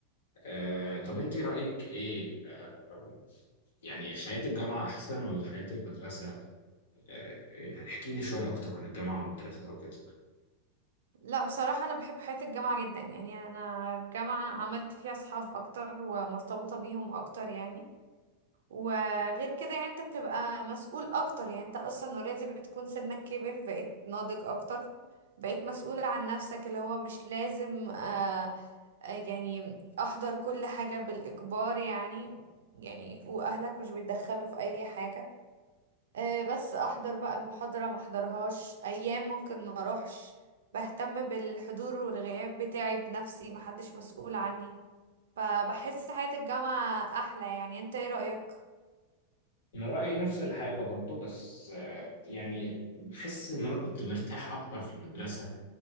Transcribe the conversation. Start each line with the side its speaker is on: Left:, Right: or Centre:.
Left: آه، طب انت رأيك ايه آه، يعني حياة الجامعة احسن ولا حياة المدرسة آه، احكي لي شوية اكتر عن الجامعة والمدرسة وكده
Right: لا بصراحة انا بحب حياة الجامعة جدا يعني انا الجامعة عملت فيها اصحاب اكتر ومرتبطة بيهم اكتر يعني وغير كده يعني انت بتبقى مسؤول اكتر يعني انت اصلا اوريدي بتكون سنك كبر بقيت ناضج اكتر بقيت مسؤولة عن نفسك اللي هو مش لازم آه آه، يعني احضر كل حاجة بالاجبار يعني يعني واهلك مش بيتدخلوا في اي حاجة آه، بس احضر بقى المحاضرة ما احضرهاش ايام ممكن ما اروحش بهتم بالحضور والغياب بتاعي بنفسي محدش مسؤول عني فبحس حياة الجامعة احلى يعني انت ايه رأيك
Left: انا رأيي نفس الحاجة برضو بس آه، يعني بحس ان انا كنت مرتاح اكتر في المدرسة